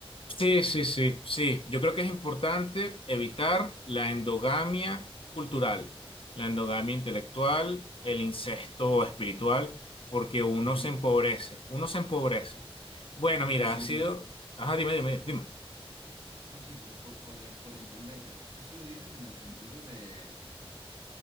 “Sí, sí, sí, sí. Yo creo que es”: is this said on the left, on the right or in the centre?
Left